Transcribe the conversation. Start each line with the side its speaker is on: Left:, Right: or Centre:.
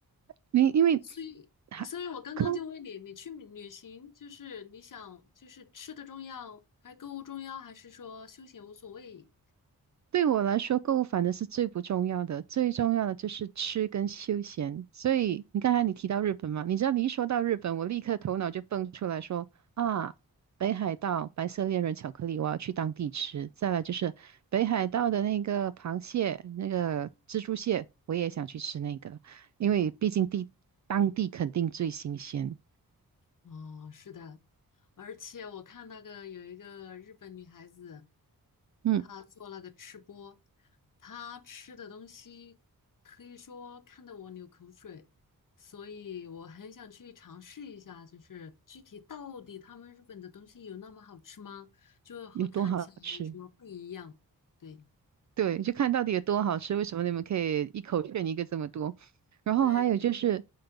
Right: 因为因为
Left: 所以，
Right: 还购
Left: 所以我刚刚就问你，你去旅行，就是你想，就是吃的重要，还购物重要，还是说休闲无所谓？
Right: 对我来说，购物反正是最不重要的，最重要的就是吃跟休闲。所以你刚才你提到日本嘛，你知道你一说到日本，我立刻头脑就蹦出来说啊，北海道白色恋人巧克力，我要去当地吃。再来就是北海道的那个螃蟹，那个蜘蛛蟹，我也想去吃那个，因为毕竟地当地肯定最新鲜。
Left: 哦，是的，而且我看那个有一个日本女孩子，
Right: 嗯。
Left: 她做那个吃播，她吃的东西可以说看得我流口水，所以我很想去尝试一下，就是具体到底他们日本的东西有那么好吃吗？就和看起来有什么不一样？
Right: 有多好吃？
Left: 对。
Right: 对，就看到底有多好吃。为什么你们可以一口炫一个这么多？然后还有就是
Left: 对，